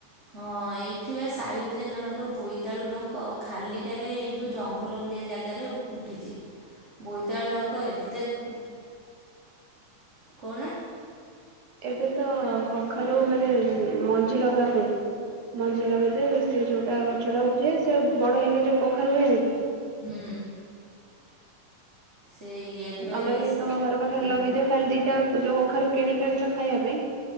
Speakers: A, on the right; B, on the right.
A: ହଁ ଏଇଠି ବା ସାଇଟ ରେ ଜଣଙ୍କର ବୋଇତାଳୁ ଡଙ୍କ ଖାଲିଟାରେ ଏଇ ଯୋଉ ଜ ଭଲ ଭଳିଆ ଜାଗାରେ ଉଠିଛି।
B: ହ <inaudible>
A: ବୋଇତାଳୁ ଲୋକ ଏତେ ହୁଁ କଣ ନା
B: ଏବେ ତ କଖାରୁ ମାନେ ମଞ୍ଜି ଲଗା ହୁଏ। ମଞ୍ଜି ଲଗେଇଲେ ସେ ଯଉଟା ଗଛଟା ଉଠେ ସେ ବଡ଼ ହେଇ ହେଇ ଯଉ କଖାରୁ ହୁଏନି କି।
A: ହୁଁ। ସେଇ ଏବେ
B: ଆମେ
A: ହେଇ
B: ବି ତମ ଘର ପାଖରେ ଲଗେଇଦିଅ ଖାଲି ଦିଟା ଯୋଉ କଖାରୁ କିଣିି ଆଣିଛ ଖାଇବା ପାଇଁ